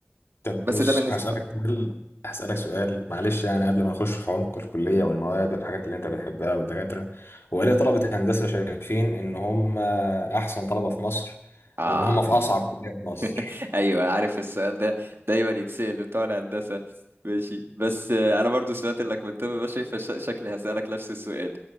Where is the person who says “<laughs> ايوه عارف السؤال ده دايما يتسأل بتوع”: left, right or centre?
Right